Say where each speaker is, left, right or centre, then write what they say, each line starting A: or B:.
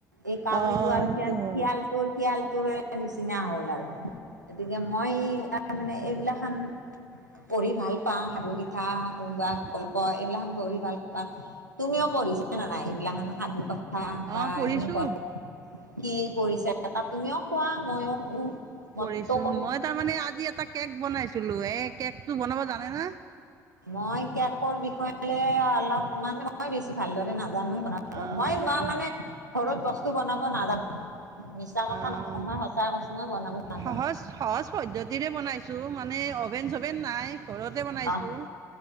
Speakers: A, on the right (about 85°); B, on the right (about 40°).
A: এই কাউৰীটো
B: অ
A: আৰু
B: সেইটো হয়।
A: খিয়াল তোৰ খিয়াল তোৰ নিচিনা হ'ল আৰু গতিকে মই ত মানে এইবিলাকান পঢ়ি ভাল পাওঁ সাধুকীত কথা কোন বাা
B: অ',
A: গল্প এইবিলাক ভাল পা তুমিও পঢ়িছা নে নাই এইবিলাখ সাধু কথা হ বা
B: অ', পঢ়িছোঁ,
A: এনেকুৱা কি কৰিছা তুমিও কোৱা মইও শুনো মইতো
B: কৰিছো
A: কৰো
B: মই তাৰমানানে আজি এটা কেক বনাইছিলো এ কেক টো বনাব জানে না
A: মই কেকৰ বিষয়ে অলপ মানে মই বেছি ভালদৰে নাজো নাজানো ব
B: অ',
A: মই ম মানে ঘৰত বস্তু বনাব নাজানো মিছা কথাাত
B: অ',
A: মই সঁচাইৈো মই বনাব ন
B: সহজ সহজ পদ্ধতিৰে বনাইছোঁ মানে অ'ভেন চভেন নাই ঘৰতে বনাইছোঁ
A: অ